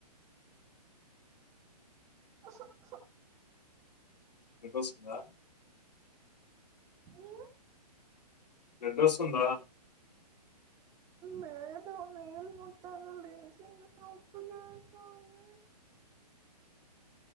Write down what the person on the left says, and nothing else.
నేప్పి వస్తుందా
బ్లడ్ వస్తుందా